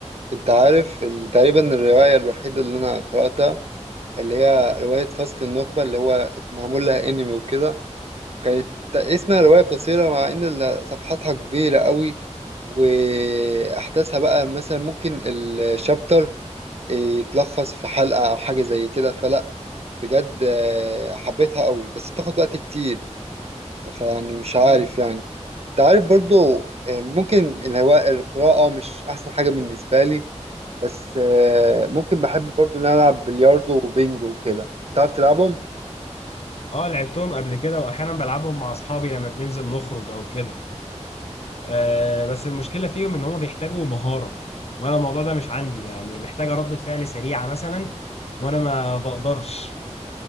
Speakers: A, on the right; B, on the left.
A: أنت عارف ال- تقريبا الرواية الوحيدة اللي أنا قرأتها اللي هي رواية فصل النخبة اللي هو معمول لها أنمي وكده كانت اسمها رواية قصيرة مع إن ال- صفحاتها كبيرة قوي وأحداثها بقى مثلا ممكن الشابتر يتلخص في حلقة أو حاجة زي كده فلا بجد آه، حبيتها قوي بس بتاخد وقت كتير فيعني مش عارف يعني تعرف برضو آه، ممكن الهواء القراءة مش أحسن حاجة بالنسبة لي بس آه، ممكن بحب برضو إن أنا ألعب بلياردو وبينج وكده تعرف تلعبهم؟
B: اه لعبتهم قبل كده واحيانا بلعبهم مع اصحابي لما بننزل نخرج او كده آه بس المشكله فيهم ان هم بيحتاجوا مهاره وانا الموضوع ده مش عندي يعني محتاجه ردة فعل سريعه مثلا وانا ما بقدرش